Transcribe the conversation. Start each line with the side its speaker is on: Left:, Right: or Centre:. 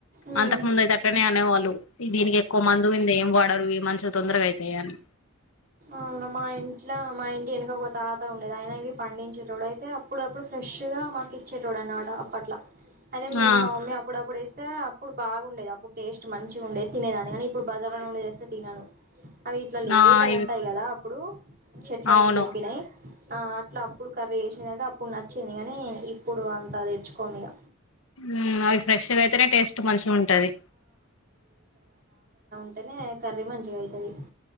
Right: మ్మ్
Left: అంతకు ముందు అయితే అట్నే అనేవాళ్ళు ఈ దీనికి ఎక్కువ మందు ఇంది ఏం వాడరు ఇ మంచిగా తొందరగా అయితాయి అని
Right: అవునా మా ఇంట్లో మా ఇంటి వెనక ఒక తాత ఉండేది ఆయన ఇవి పండించేటడు అయితే అప్పుడప్పుడు ఫ్రెష్ ఫ్రెష్ గా మాకు ఇచ్చేటోడు అనమాట అప్పట్లా అయితే
Left: ఆ
Right: మా మమ్మీ అప్పుడప్పుడు వే స్తే అప్పుడు బాగుండేది అప్పుడు టేస్ట్ మంచిగా ఉండేది తినేదాన్ని కానీ ఇప్పుడు బజార్నే ఉండేదిస్తే తినాను అవిట్లా లేతగ
Left: ఆ ఇవి
Right: ఉంటాయి కదా అప్పుడు చెట్ల
Left: అవును
Right: నుండి తెంపినాయి ఆ అట్లా అప్పుడు కర్రీ వేసింది అయితే అప్పుడు నచ్చింది కానీ ఇప్పుడు అంత తెచ్చుకోము ఇక
Left: వో మ్ అవి ఫ్రెష్గా అయితేనే టేస్ట్ మంచిగుంటది.
Right: అంటేనే కర్రీ మంచిగయితాది.